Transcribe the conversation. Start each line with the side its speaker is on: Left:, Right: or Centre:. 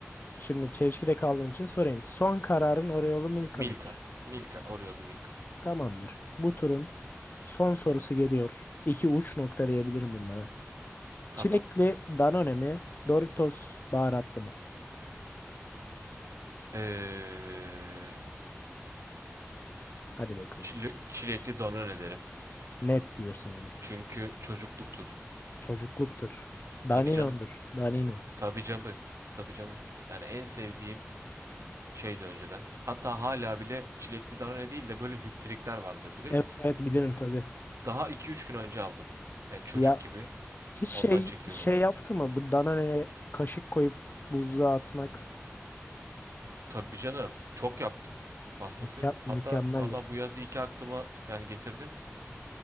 Left: şimdi çelişkide kaldığın için sorayım. Son kararın Oreo'lu Milka
Right: Milka.
Left: mıdır?
Right: Milka. Oreo'lu Milka.
Left: Tamamdır. Bu turun son sorusu geliyor. İki uç nokta diyebilirim bunlara. Çilekli
Right: Tamam.
Left: Danone mi? Doritos baharatlı mı?
Right: Ee,
Left: Hadi bakalım.
Right: Çile- çilekli doner ederim.
Left: Net diyorsun yani.
Right: Çünkü çocukluktur.
Left: Çocukluktur. Danino'dur.
Right: Tabii canım.
Left: Danino.
Right: Tabii canım. Tabii canım. Yani en sevdiğim şeydi önceden. Hatta hala bile çilekli donone değil de böyle hüptrikler vardır bilir
Left: Evet
Right: misin?
Left: evet bilirim tabii.
Right: Daha iki üç gün önce aldım. Yani çocuk
Left: Ya
Right: gibi
Left: hiç şey
Right: ondan çekiyorum
Left: şey
Right: evde.
Left: yaptı mı? Bu Danone'ye kaşık koyup buzluğa atmak
Right: Tabii canım. Çok yaptım. Hastasıydım.
Left: müke- mükemmeldir.
Right: Hatta valla bu yaz iyi ki aklıma yani getirdin.